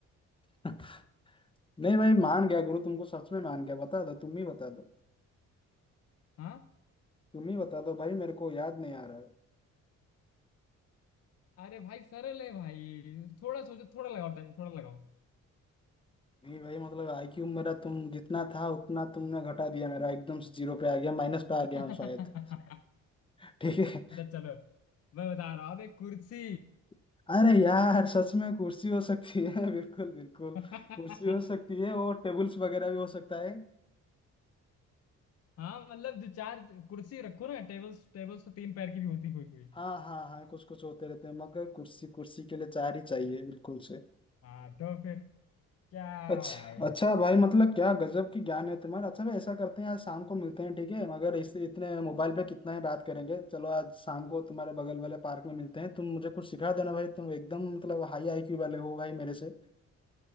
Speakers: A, on the left (about 15°); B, on the left (about 55°).
A: <laughs> नहीं भाई मान गया गुरु तुमको सच में मान गया बता दो तुम ही बता दो
B: हाँ
A: तुम ही बता दो भाई मेरे को याद नहीं आ रहा है
B: अरे भाई सरल है भाई थोड़ा सोचो थोड़ा लगाओ टाइम थोड़ा लगाओ
A: नहीं भाई मतलब आईक्यू मेरा तुम जितना था उतना तुमने घटा दिया मेरा एकदम से जीरो पे आ गया माइनस पे आ
B: <laughs>
A: गया
B: अच्छा
A: हूँ शायद <laughs> ठीक
B: चलो मैं बता रहा हूँ अब एक कुर्सी
A: है अरे यार सच में कुर्सी हो सकती है <laughs> बिल्कुल बिल्कुल
B: <laughs>
A: कुर्सी हो सकती है और टेबल्स वगैरह भी हो सकता है
B: हाँ मतलब जो चार कुर्सी रखो ना टेबल्स टेबल्स तो तीन पैर की भी होती कोई कोई
A: हाँ हाँ हाँ कुछ कुछ होते रहते हैं मगर कुर्सी कुर्सी के लिए चार ही चाहिए बिल्कुल से
B: हाँ तो फिर क्या
A: अच्छा
B: भाई
A: अच्छा भाई मतलब क्या गजब की ज्ञान है तुम्हारा अच्छा भाई ऐसा करते हैं आज शाम को मिलते हैं ठीक है मगर इससे इतने मोबाइल पे कितना ही बात करेंगे चलो आज शाम को तुम्हारे बगल वाले पार्क में मिलते हैं तुम मुझे कुछ सिखा देना भाई तुम एकदम मतलब हाई आईक्यू वाले हो भाई मेरे से